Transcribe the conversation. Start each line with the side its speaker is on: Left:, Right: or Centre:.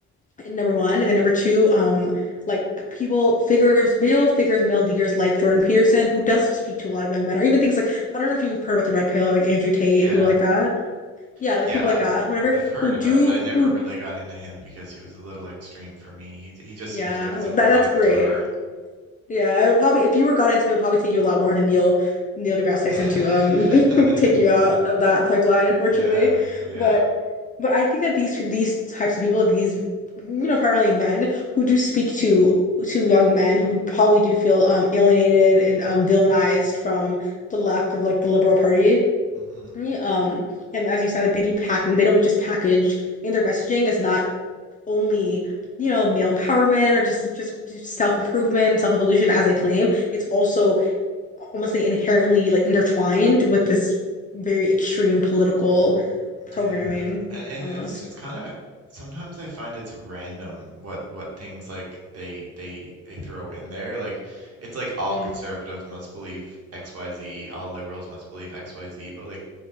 Left: number one and then number two um like people figures male figures male leaders like Jordan Peterson who does speak to a lot of young men or even things like I don't know if you've heard about the red pill or like Andrew Tate
Right: Yeah,
Left: people like that yeah
Right: yeah.
Left: like people like that whatever
Right: I've heard
Left: who
Right: about
Left: do
Right: it. I never
Left: who
Right: really got into him because he was a little extreme for me. He he just
Left: yeah
Right: seems like he's
Left: well,
Right: a provocateur.
Left: that that's great Yeah, it would probably if you were got into it, would probably take you a lot more than Neil Neil deGrasse Tyson
Right: <laughs>
Left: to um <laughs> take you
Right: Yeah.
Left: out of that pipeline, unfortunately.
Right: Yeah, yeah.
Left: But but I think that these these types of people, these you know, primarily men who do speak to to young men who probably do feel um alienated and um villainized
Right: Mhm,
Left: from the left or like the liberal party.
Right: mhm.
Left: Um, and as you said, they do pack and they don't just package in their messaging is not only you know male empowerment or just just, just self improvement, self evolution as they claim. It's also almost like inherently like intertwined with this very extreme political programming
Right: Yeah. And, and
Left: almost.
Right: it's it's kind of sometimes I find it's random what what things like they they they throw in there. Like it's like all
Left: Mm,
Right: conservatives must believe XYZ, all liberals must believe XYZ, but like